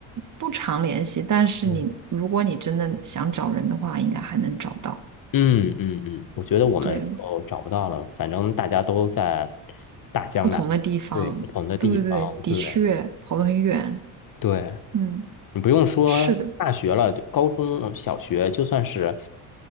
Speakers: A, on the right; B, on the left.
A: 不常联系，但是你如果你真的想找人的话，
B: 嗯
A: 应该还能找到。
B: 嗯嗯嗯，我觉得我们就找不到了，
A: 对，
B: 反正大家都在大江南北，
A: 不同的地方，
B: 对，不同的地方，
A: 对对对，的确跑得很远。
B: 对对，
A: 嗯，
B: 你不用说大学了，
A: 是的，
B: 高中小学，就算是